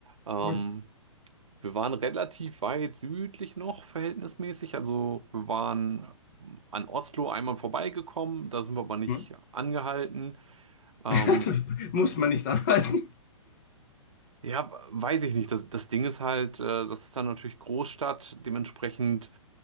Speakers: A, on the right; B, on the left.
A: Ähm,
B: Cool.
A: Wir waren relativ weit südlich noch, verhältnismäßig. Also wir waren an Oslo einmal vorbeigekommen, da sind wir aber nicht
B: Hm?
A: angehalten. Ähm,
B: <laughs> Muss man nicht anhalten.
A: ja, weiß ich nicht. Das, das Ding ist halt, äh, das ist dann natürlich Großstadt. Dementsprechend